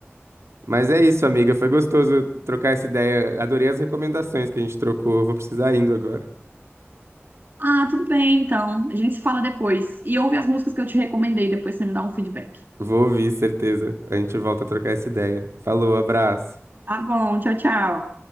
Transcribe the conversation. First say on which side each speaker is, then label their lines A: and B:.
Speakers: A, on the right; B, on the right.
A: Mas é isso, amiga. Foi gostoso trocar essa ideia. Adorei as recomendações que a gente trocou. Vou precisar indo agora.
B: Ah, tudo bem, então. A gente se fala depois. E ouve as músicas que eu te recomendei, depois você me dá um feedback.
A: Vou ouvir, certeza. A gente volta a trocar essa ideia. Falou, abraço.
B: Tá bom, tchau, tchau.